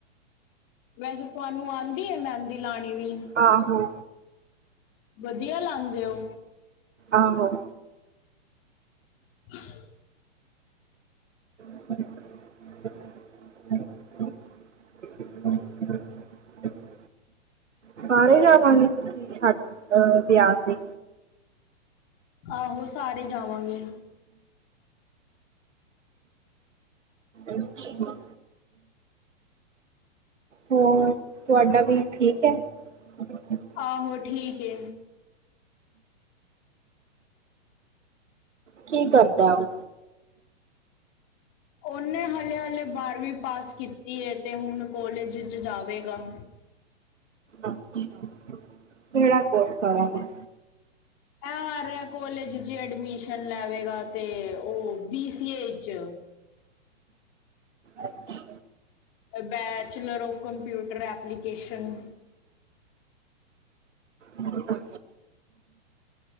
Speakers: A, on the left; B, on the right.
A: ਵੈਸੇ ਤੁਆਨੂੰ ਆਂਦੀ ਏ, ਮੈਂਦੀ ਲਾਣੀ ਵੀ?
B: ਆਹੋ
A: ਬਧੀਆ ਲਾਂਦੇ ਓ?
B: ਆਹੋ।
A: ਹਮ।
B: <unintelligible> ਹ। ਸਾਰੇ ਜਾਵਾਂਗੇ, ਤੁਸੀਂ ਛੱਡ ਅਹ ਵਿਆਹ ਤੇ?
A: ਆਹੋ, ਸਾਰੇ ਜਾਵਾਂਗੇ।
B: ਅੱਛਾ। ਹੋਰ, ਤੁਆਡਾ ਵੀ ਠੀਕ ਐ? ਹਮ।
A: ਆਹੋ, ਠੀਕ ਏ।
B: ਕੀ ਕਰਦਾ ਓ
A: ਓਨੇ ਹਾਲੇ-ਹਲੇ ਬਾਰਵੀਂ ਪਾਸ ਕੀਤੀ ਏ ਤੇ ਹੁਣ ਕੋਲਜ 'ਚ ਜਾਵੇਗਾ।
B: ਅੱਛਾ, ਕੇੜਾ ਕੋਸ ਕਰਨਗੇ?
A: ਆ ਰਿਆ ਕੋਲਜ 'ਚ ਐਡਮਿਸ਼ਨ ਲੈਵੇਗਾ 'ਤੇ ਓ ਬੀਸੀਏ 'ਚ
B: ਅੱਛਾ।
A: Bachelor of computer application.
B: ਅੱਛਾ